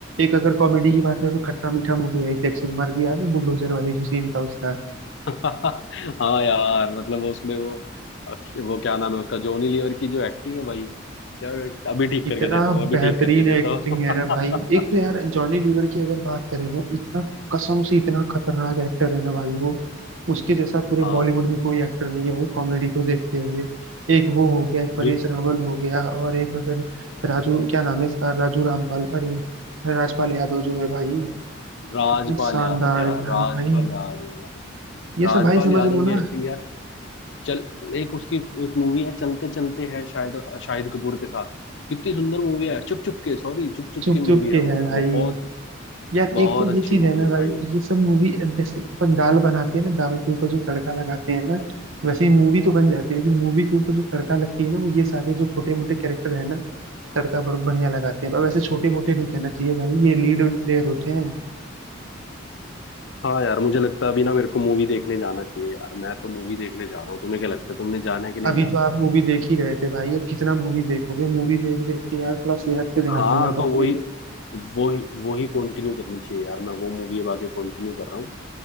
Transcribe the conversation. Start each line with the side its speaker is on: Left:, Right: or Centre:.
Right: एक अगर कॉमेडी की बात करें तो खट्टा मीठा मूवी आई थी अक्षय कुमार की याद है बुलडोजर वाली जो सीन था उसका
Left: <laughs> हाँ यार मतलब वो उसमें वो अक्ष- वो क्या नाम है उसका जॉनी लीवर की जो एक्टिंग है भाई यार अभी ठीक
Right: इतना
Left: करके देता हूँ अभी
Right: बेहतरीन
Left: ठीक करके देता
Right: एक्टिंग
Left: हूँ
Right: है ना भाई एक तो यार जॉनी लीवर की अगर बात करें ना इतना कसम से इतना खतरनाक एक्टर है ना भाई वो उसके जैसा पूरे
Left: <laughs> हाँ
Right: बॉलीवुड में कोई एक्टर नहीं है भाई कॉमेडी को देखते हुए एक वो हो गया एक परेश
Left: बिल्कुल
Right: रावल हो गया और एक अगर राजू क्या नाम है इसका राजू रामपाल अरे राजपाल यादव जो है भाई
Left: राजपाल
Right: इतना शानदार
Left: यादव यार
Right: है
Left: राजपाल
Right: हाँ भाई
Left: यादव
Right: ये
Left: राजपाल
Right: सब भाई समझ
Left: यादव
Right: लो ना
Left: की एक्टिंग यार चल एक उसकी एक मूवी है चलते चलते है शायद शाहिद कपूर के साथ कितनी सुंदर मूवी है चुप चुप के सॉरी चुप चुप
Right: चुप
Left: की मूवी
Right: चुप
Left: है
Right: के
Left: वो
Right: है भाई
Left: बहुत
Right: यार एक
Left: बहुत
Right: तो
Left: अच्छी
Right: ये चीज
Left: मूवी
Right: है ना
Left: है
Right: भाई
Left: भाई
Right: ये सब मूवी जैसे अपन दाल बनाते हैं ना दाल के ऊपर जो तड़का लगाते हैं ना वैसे ही मूवी तो बन जाती है लेकिन मूवी के ऊपर जो तड़का लगती है ना वो ये सारे जो छोटे मोटे कैरेक्टर है ना तड़का बड़ बढ़िया लगाते हैं अब वैसे छोटे मोटे नहीं कहना चाहिए भाई ये लीड प्लेयर होते हैं
Left: हाँ यार मुझे लगता है अभी ना मेरे को मूवी देखने जाना चाहिए यार मैं तो मूवी देखने जा रहा हूँ तुम्हें क्या लगता है तुमने जाना है कि नहीं
Right: अभी
Left: जाना
Right: तो आप
Left: बताओ
Right: मूवी देख ही रहे थे भाई अब कितना मूवी देखोगे मूवी देख देख के यार थोड़ा सेहत पे ध्यान
Left: हाँ
Right: दो आप
Left: तो
Right: अपने
Left: वही वही वही कंटिन्यू करनी चाहिए यार मैं वो मूवी अब आगे कंटिन्यू कर रहा हूँ